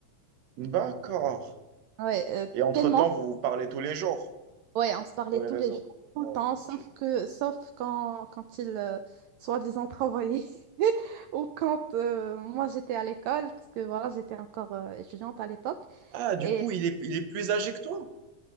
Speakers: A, on the right (about 65°); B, on the right (about 85°).
A: D'accord.
B: Ouais, euh,
A: Et entre-temps,
B: tellement.
A: vous vous parlez tous les jours
B: Ouais, on se parlait
A: sur les
B: tous
A: réseaux.
B: les jours, tout
A: Oh,
B: le temps, sauf
A: ok.
B: que, sauf quand, quand il, euh, soi-disant, travaillait, <laughs> ou quand euh, moi, j'étais à l'école, parce que voilà, j'étais encore euh, étudiante à l'époque,
A: Ah, du
B: et
A: coup, il est, il est plus âgé que toi?